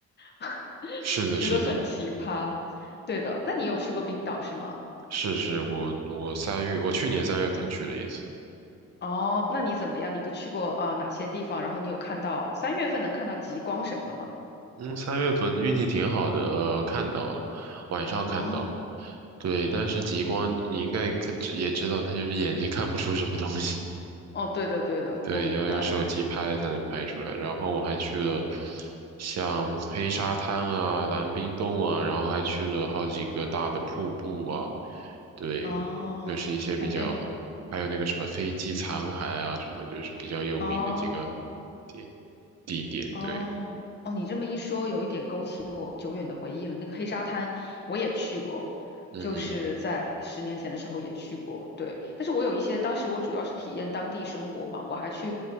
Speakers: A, on the left; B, on the right.
A: <laughs>
B: 是的，
A: 就觉得很奇葩。
B: 是的，
A: 对的，那你有去过冰岛是吗？
B: 是是，我我三月，我去年三月份去了一次，
A: 哦，那你怎么样？你都去过啊、哪些地方？然后你有看到三月份能看到极光什么的吗？
B: 嗯，三月份运气挺好的，呃，看到了，晚上看到了
A: 哦，
B: 对，但是极光你应该看也知道，它就是眼睛看不出什么东西。
A: 哦，对的对的，
B: 对，
A: 我明白。
B: 要用手机拍才能拍出来。然后我还去了像黑沙滩啊、蓝冰洞啊，然后还去了好几个大的瀑布啊。对，
A: 哦，
B: 就是一些比较，
A: 感觉
B: 还有那个什么飞机残骸啊，什么就是比较有名的几个
A: 哦
B: 地地点。
A: 哦哦，
B: 对，
A: 你这么一说，有一点勾起我久远的回忆了。那个黑沙滩我也去过，
B: 嗯嗯
A: 就是在十年前的时候也去过，对。但是我有一些，当时我主要是体验当地生活嘛，我还去